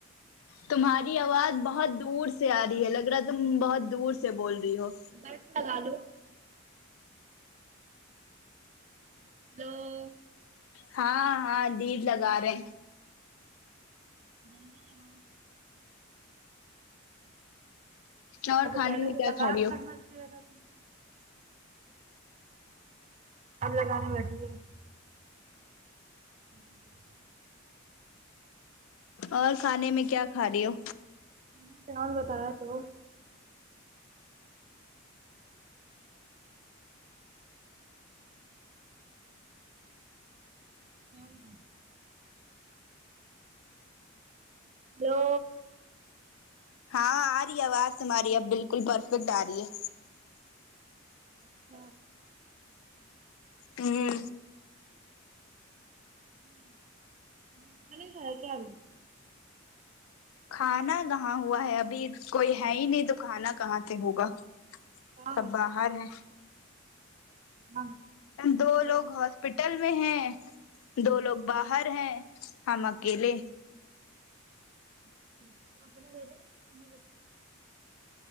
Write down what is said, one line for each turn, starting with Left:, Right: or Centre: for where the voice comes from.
Left: تمہاری آواز بہت دور سے آ رہی ہے لگ رہا تم بہت دور سے بول رہی ہو
Right: بیلٹ لگا لو ہیلو
Left: ہاں ہاں دید لگا رہے
Right: غلطی جناب
Left: اور کھانے
Right: پہلے
Left: میں
Right: سے
Left: کیا
Right: لگا
Left: کھا رہی
Right: کے
Left: ہو
Right: رکھنا چاہیے تہا تمہیں اب لگانے بیٹھی ہے ہوں
Left: اور کھانے میں کیا کھا رہی ہو
Right: جی میں چاول بتایا تو کیا ہوا ہے ہیلو
Left: ہاں آ رہی ہے آواز تمہاری اب بالکل پرفیکٹ آ رہی ہے
Right: اچھا
Left: ہوں
Right: <unintelligible>
Left: کھانا کہاں ہوا ہے ابھی کوئی ہے ہی نہیں تو کھانا کہاں سے ہوگا
Right: ہاں
Left: سب باہر ہے
Right: ہاں
Left: دو لوگ ہاسپٹل میں ہیں دو لوگ باہر ہیں ہم اکیلے
Right: <unintelligible>